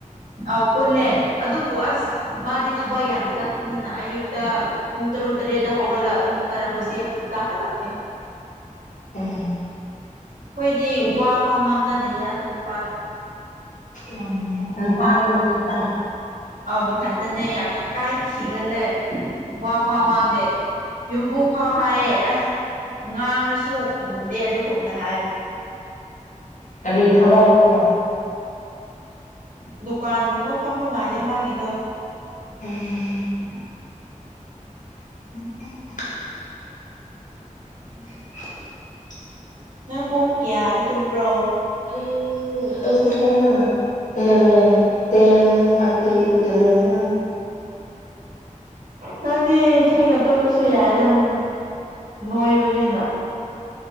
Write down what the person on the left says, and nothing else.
ꯎꯝ
ꯎꯝ ꯅꯨꯄꯥꯗꯣ ꯃꯊꯟꯇ
ꯀꯔꯤ ꯊꯕꯛꯅꯣ
ꯑꯝ
<inaudible> <inaudible>
ꯑꯩ ꯑꯩꯁꯦ ꯄꯨꯡ ꯏꯂꯚꯦꯟ ꯇꯦꯟ ꯊꯥꯔꯇꯤ ꯏꯂꯚꯦꯟ <unintelligible>